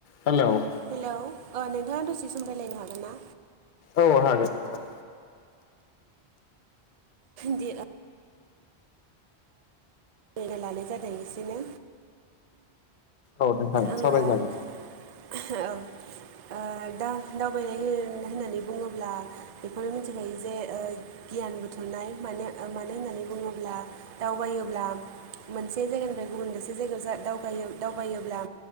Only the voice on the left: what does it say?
हेलौ
औ हागोन नोंथां
औ नोंथागोन
सावरायनो जागोन।